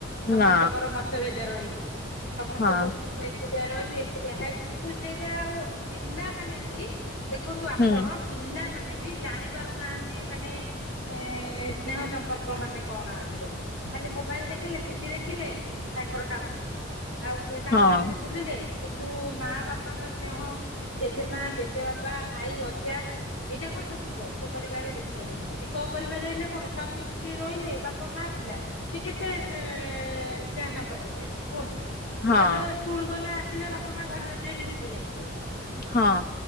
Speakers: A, on the left (about 75°); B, on the left (about 50°).
A: ସମସ୍ତଙ୍କର
B: ନା
A: ମତଭେଦ ରହିଛି, ସମସ୍ତେ
B: ହଁ
A: କହୁଛନ୍ତି ମୁଁ ଏକୁଟିଆ ରହିବି ଏକୁଟିଆ ଖାଇବି କିନ୍ତୁ ସେଇଟା ଆଉ ପିଲାମାନେ ବି ଦେଖନ୍ତୁ ଆପଣ
B: ହୁଁ
A: ପିଲାମାନେ ବି ଜାଣି ପାରୁନାହାଁନ୍ତି ମାନେ ଏ ସ୍ନେହ ସମ୍ପର୍କ ମାନେ କଣ ଆଜିକାଲି। ଖାଲି ମୋବାଇଲ ଦେଖିଲେ ଟିଭି ଦେଖିଲେ ତାଙ୍କର କାମ ହେଲା। ଆଉ ସାଙ୍ଗସାଥିରେ
B: ହଁ
A: ବୁଲିଲେ କିନ୍ତୁ ମାଆ ବାପାଙ୍କ ସ୍ନେହ କି ଜେଜେମା, ଜେଜେବାପା ଆଈ, ଅଜା ଏଇଟା କଣ ସବୁ ଯୌଥ ପରିବାରରେ ଦେଖିବାକୁ ମିଳେ ଏକକ ପରିବାରରେ ହେଲେ କଣ ସ୍ୱାମୀ ସ୍ତ୍ରୀ ରହିଲେ ବାପ ମା ପିଲା। ସେ କେତେଳେ ସ୍ନେହ ସମ୍ପର୍କ ପାଇବେ। କୁହନ୍ତୁ
B: ହଁ
A: ପିଲା ତ ସ୍କୁଲ ଗଲା ଆସିଲା ବାପା ମା ଘରେ ନଥିବେ ଡୁଟିରେ ଯାଇଥିବେ।
B: ହଁ।